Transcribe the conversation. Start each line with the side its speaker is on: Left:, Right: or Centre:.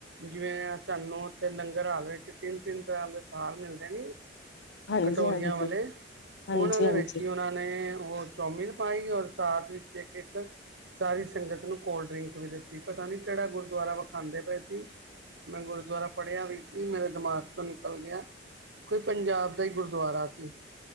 Right: ਜਿਵੇਂ ਸਾਨੂੰ ਉਥੇ ਲੰਗਰ ਹਾਲ ਵਿੱਚ ਤਿੰਨ ਤਿੰਨ ਤਰ੍ਹਾਂ ਦੇ ਥਾਲ ਮਿਲਦੇ ਨੀ
Left: ਹਾਂਜੀ
Right: ਕਟੋਰੀਆਂ
Left: ਹਾਂਜੀ ਹਾਂਜੀ
Right: ਵਾਲੇ
Left: ਹਾਂਜੀ
Right: ਉਹਨਾਂ ਦੇ
Left: ਹਾਂਜੀ
Right: ਵਿੱਚ ਹੀ ਉਹਨਾਂ ਨੇ ਉਹ ਚੌਮਿਨ ਪਾਏ ਔਰ ਸਾਥ ਵਿੱਚ ਇੱਕ ਇੱਕ ਸਾਰੀ ਸੰਗਤ ਨੂੰ ਕੋਲਡ ਡਰਿੰਕ ਵੀ ਦਿੱਤੀ ਪਤਾ ਨਹੀਂ ਕਿਹੜਾ ਗੁਰਦੁਆਰਾ ਵਖਾਂਦੇ ਪਏ ਸੀ ਮੈਂ ਗੁਰਦੁਆਰਾ ਪੜਿਆ ਵੀ ਸੀ ਮੇਰੇ ਦਿਮਾਗ ਚ ਨਿਕਲ ਗਿਆ ਕੋਈ ਪੰਜਾਬ ਦਾ ਹੀ ਗੁਰਦੁਆਰਾ ਸੀ